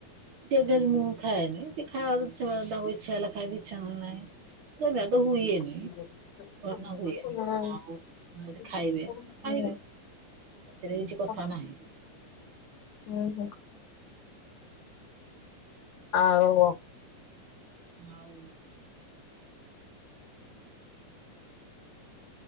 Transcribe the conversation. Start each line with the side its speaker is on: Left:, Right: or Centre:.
Right: ସେ ଦିଅନ୍ତି ମୁଁ ଖାଏନି ସେ ଖାଇବାକୁ ସେମାନେ ତାକୁ ଇଛା ହେଲେ ଖାଇବେ ଇଛା ନହେଲେ ନାହିଁ। ମୁଁ ତ ନେବାକୁ ହୁଏନି।
Left: ହୁଁ
Right: ନା ହୁଏ ଆଉ
Left: ହୁଁ।
Right: ଯଦି ଖାଇବେ ଖାଇବେ
Left: <unintelligible>
Right: ସେଥିରେ କିଛି କଥା ନାହିଁ।
Left: ହୁଁ ହଁ ଆଉ।
Right: ଆଉ।